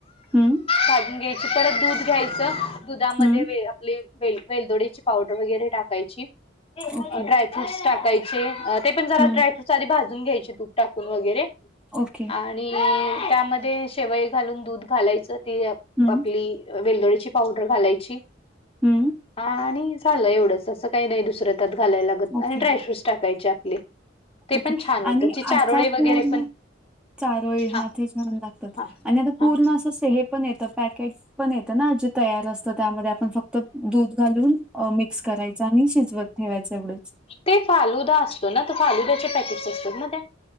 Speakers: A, in the centre; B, on the left.
A: हम्म.
B: भाजून घ्यायची परत दूध घ्यायचं दुधामध्ये
A: हं.
B: वे वे वेलदोडीची पावडर वगैरे टाकायची.
A: ओके.
B: ड्रायफ्रूट्स टाकायचे ते पण जरा
A: हं,
B: ड्रायफ्रूटस आधी भाजून घ्यायचे तूप टाकून वगैरे
A: ओके.
B: आणि त्यामध्ये शेवय घालून दूध घालायचं ती आपली
A: हं,
B: वेलदोळीची पावडर घालायची.
A: हम्म.
B: हा आणि झालं एवढंच असं काही नाही दुसरं त्यात घालायला लागत
A: ओके,
B: आणि ड्रायफ्रूटस टाकायचे आपले ते
A: ओके
B: पण छान होतं
A: आणि
B: जे चारोळे
A: असा
B: वगैरे
A: पूर्ण
B: पण
A: चारोळी हात
B: हा
A: हे छान लागतात
B: हा
A: आणि आता पूर्ण
B: हा
A: अस. हे पण येत पॅकेट पण येतं ना जे तयार असतं त्यामध्ये आपण फक्त दूध घालून. मिक्स करायचा आणि शिजवत. ठेवायचं एवढंच.
B: ते फालुदा असतो ना तो फालुदा्याच्या पॅकेट्स असतो ना त्या